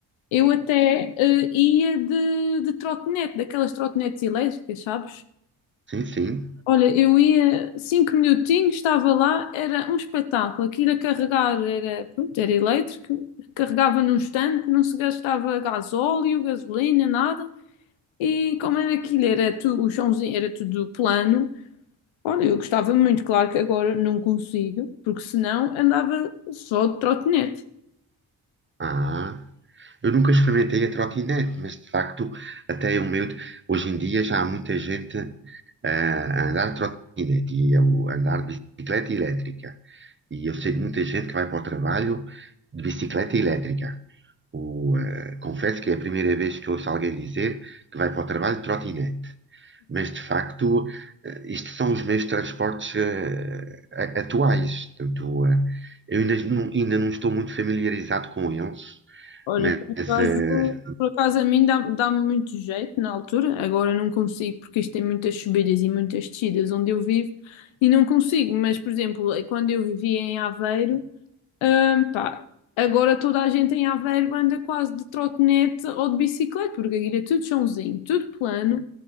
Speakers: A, on the left (about 80°); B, on the right (about 25°).
A: Eu até eh, ia de, de trotinete, daquelas trotinetes elétricas, sabes?
B: Sim, sim.
A: Olha, eu ia cinco minutinhos, estava lá, era um espetáculo. Aquilo a carregar era, pronto, era elétrico, carregava num instante, não se gastava gasóleo, gasolina, nada. E como era aquilo, era tu, o chãozinho era tudo plano. Olha, eu gostava muito, claro que agora não consigo, porque senão andava só de trotinete.
B: Ah. Eu nunca experimentei a trotinete, mas de facto, até o meu. Hoje em dia já há muita gente ah, a andar de trotinete e a o- a andar de bicicleta elétrica. E eu sei de muita gente que vai para o trabalho de bicicleta elétrica. O, ah, confesso que é a primeira vez que ouço alguém dizer que vai para o trabalho de trotinete. Mas de facto, eh, isto são os meios de transportes eh, a- atuais. Portanto, eh, eu ainda não, ainda não estou muito familiarizado com eles,
A: Olha,
B: mas
A: por acaso,
B: eh,
A: por acaso a mim dá- dá-me muito jeito na altura, agora não consigo porque isto tem muitas subidas e muitas descidas onde eu vivo e não consigo, mas por exemplo, é quando eu vivia em Aveiro, hum, pá, agora toda a gente em Aveiro anda quase de trotinete ou de bicicleta, porque aquilo é tudo chãozinho, tudo plano